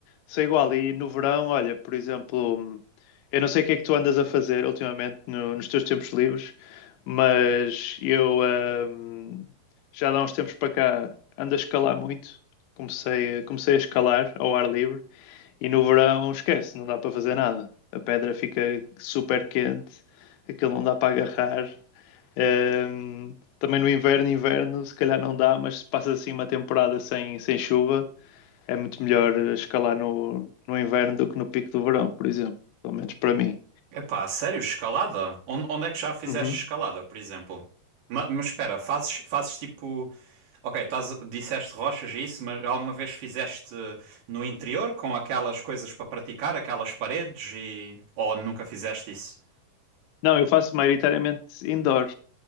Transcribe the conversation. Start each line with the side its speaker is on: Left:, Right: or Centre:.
Left: Sou igual. E no verão, olha, por exemplo, eu não sei o que é que tu andas a fazer ultimamente no- nos teus tempos livres, mas eu ahm, já há uns tempos para cá ando a escalar muito. Comecei, a- comecei a escalar ao ar livre e no verão esquece, não dá para fazer nada. A pedra fica super quente, aquilo não dá para agarrar. Um, também no inverno, inverno, se calhar não dá, mas se passas assim uma temporada sem, sem chuva, é muito melhor eh, escalar no, no inverno do que no pico do verão, por exemplo. Pelo menos para mim.
Right: Epá, sério, escalada? On- Onde é que já fizeste
Left: Uhum.
Right: escalada, por exemplo? Ma- Mas, espera, fazes, fazes tipo. Ok, estás, disseste rochas e isso, mas alguma vez fizeste no interior com aquelas coisas para praticar, aquelas paredes e. Ou nunca fizeste isso?
Left: Não, eu faço maioritariamente indoor,